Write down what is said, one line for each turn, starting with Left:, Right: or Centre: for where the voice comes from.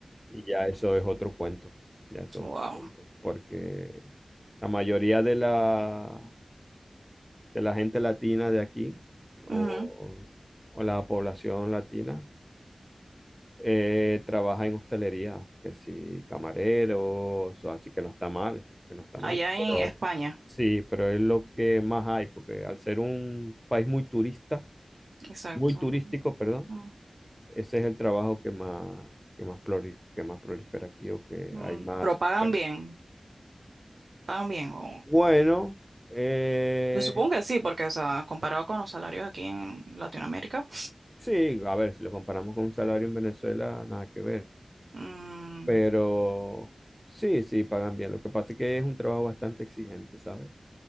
Centre: Y ya eso es otro cuento, ya eso es
Right: Wow.
Centre: otro cuento, porque la mayoría de la, de la gente latina de aquí, o,
Right: Ujú.
Centre: o la población latina, eh, trabaja en hostelería, que si camareros, o así que no está mal, que no está mal,
Right: Allá en
Centre: pero
Right: España,
Centre: sí, pero es lo que más hay, porque al ser un país muy turista,
Right: exacto.
Centre: muy turístico, perdón,
Right: Mm,
Centre: ese es el trabajo que más, que más, prolif- que más prolifera aquí o que
Right: mm.
Centre: hay más.
Right: Pero pagan
Centre: oferta.
Right: bien, pagan bien. o-
Centre: Bueno, eh,
Right: Yo supongo que sí, porque, o sea, comparado con los salarios aquí en Latinoamérica,
Centre: sí, a ver, si lo comparamos con un salario en Venezuela, nada que ver,
Right: mm,
Centre: pero sí, sí, pagan bien. Lo que pasa es que es un trabajo bastante exigente, ¿sabes?